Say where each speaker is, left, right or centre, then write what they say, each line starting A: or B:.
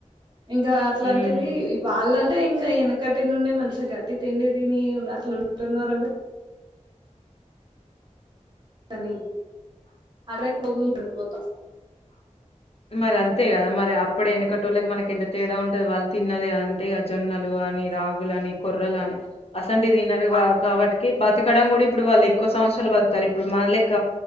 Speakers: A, on the right; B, on the left.
A: ఇంకా అట్లాంటిది
B: ఉమ్
A: వాళ్ళను అంటే ఇంకా వెనకటి నుండి మంచిగా గట్టి తిండి దిని అట్లు ఉంటున్నారు గాని పని ఆరే బొగులు పడిపోతా
B: మరి అంతే కదా మరి అప్పుడు యేనకటోళ్ళకి మనకి ఎంత తేడా ఉంటది వాళ్ళు తిన్నది అంటే అ జొన్నలు అని రాగులు అని కొర్రలు అని అసంటిది తినరు కా కాబట్టికి బతకడం గూడ ఇప్పుడు వాళ్ళు ఎక్కువ సంవత్సరాలు బతుకుతారు ఇప్పుడు మన లెక్క